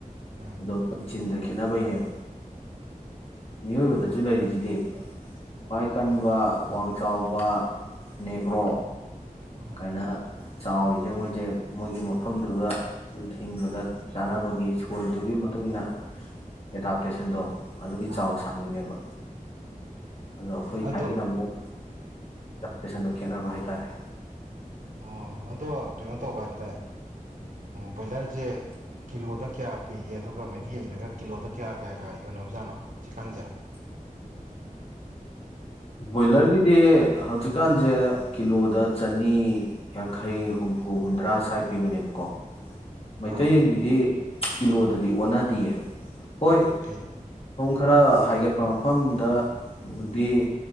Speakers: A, on the right (about 65°); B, on the left (about 45°).
A: ꯑꯥ
B: ꯑꯗꯨꯗꯣꯄꯟ ꯆꯤꯟꯒꯤ ꯈꯦꯠꯅꯕꯩꯅꯦꯕ ꯃꯤꯑꯣꯏꯕꯗꯁꯨ ꯂꯩꯔꯤꯁꯤꯗꯤ ꯈ꯭ꯋꯥꯏ ꯀꯟꯕ ꯋꯥꯡ ꯆꯥꯎꯕ ꯅꯦꯒ꯭ꯔꯣ
A: ꯑꯣ
B: ꯀꯥꯏꯅ ꯆꯥꯎꯔꯤꯁꯦ ꯃꯣꯏꯁꯦ ꯃꯣꯏꯒꯤ ꯃꯐꯝꯗꯨꯗ ꯊꯤꯡꯕꯗ ꯆꯥꯅꯕꯒꯤ ꯁ꯭ꯀꯨꯜꯗꯨꯒꯤ ꯃꯇꯨꯡ ꯏ ꯃꯇꯨꯡꯏꯟꯅ ꯑꯦꯗꯥꯞꯇꯦꯁꯟꯗꯣ ꯑꯗꯨꯒꯤ
A: ꯑꯥ
B: ꯆꯥꯎ ꯁꯥꯡꯉꯤꯅꯦꯕ ꯑꯗꯣ ꯑꯩꯈꯣꯏ
A: ꯑꯗꯣ
B: ꯊꯥꯏꯒꯤꯅ ꯑꯃꯨꯛ ꯍꯥꯛꯁꯟ ꯈꯦꯠꯅꯕ ꯍꯥꯏꯇꯥꯔꯦ
A: ꯑꯣ ꯑꯗꯣ ꯀꯩꯅꯣ ꯇꯧꯕ ꯍꯥꯏ ꯇꯔꯦ ꯕꯣꯏꯂꯔꯁꯦ ꯀꯤꯂꯣꯗ ꯀꯌꯥ ꯄꯤꯒꯦ ꯑꯗꯨꯒ ꯃꯩꯇꯩꯁꯤꯅꯒ ꯀꯤꯂꯣꯗ ꯀꯌꯥ ꯀꯌꯥ ꯀꯌꯥ ꯌꯣꯟꯅꯕꯖꯥꯠꯅꯣ ꯆꯤꯛꯀꯟꯁꯦ
B: ꯕꯣꯏꯂꯔꯒꯤꯗꯤ ꯍꯧꯖꯤꯛꯀꯥꯟꯁꯦ ꯀꯤꯂꯣꯗ ꯆꯅꯤ ꯌꯥꯡꯈꯩ ꯍꯨꯝꯐꯨ ꯍꯨꯝꯗ꯭ꯔꯥ ꯁ꯭ꯋꯥꯏ ꯄꯤꯕꯅꯦꯕꯀꯣ ꯃꯩꯇꯩꯌꯦꯟꯒꯤꯗꯤ
A: ꯑꯥ
B: ꯀꯤꯂꯣꯗꯗꯤ ꯑꯣꯟꯅꯗꯤꯌꯦ ꯍꯣꯏ
A: ꯀꯩ
B: ꯈꯔ ꯍꯥꯏꯒꯠꯄ ꯃꯐꯝꯗꯗꯤ